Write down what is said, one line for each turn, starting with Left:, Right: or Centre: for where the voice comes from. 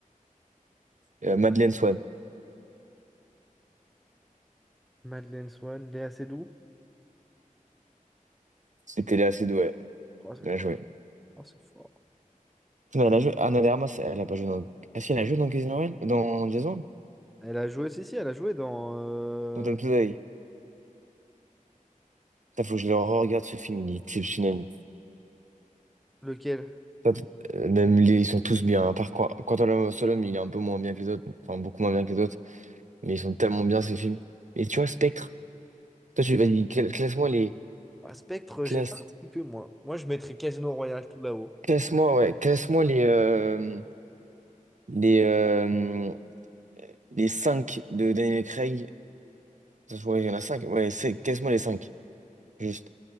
Right: Euh, Madeleine Swann.
Centre: Madeleine Swann, Léa Seydoux.
Right: C'était Léa Seydoux, ouais.
Centre: Oh, c'est
Right: Bien
Centre: fort.
Right: joué.
Centre: Oh, c'est fort.
Right: Mais elle a joué, Ana de Armas, elle a pas joué dans. Ah si, elle a joué dans Casino Royale? Dans Jason?
Centre: Elle a joué, si, si, elle a joué dans euh,
Right: Dans Tom Today. Putain, faut que je le regarde ce film, il est exceptionnel.
Centre: lequel?
Right: Pas de- euh, Même les, ils sont tous bien, à part quoi. Quantum Solomon, il est un peu moins bien que les autres, enfin beaucoup moins bien que les autres, mais ils sont tellement bien ces films. Et tu vois, Spectre, toi tu vas dire, classe-moi les.
Centre: Bah, Spectre,
Right: Classe,
Centre: j'ai pas cliqué, moi. Moi, je mettrais Casino Royale tout là-haut.
Right: classe-moi, ouais, classe-moi les, euh, les, euh, les 5 de Daniel Craig. Ça, je vois, il y en a 5. Ouais, c'est, classe-moi les 5 Juste.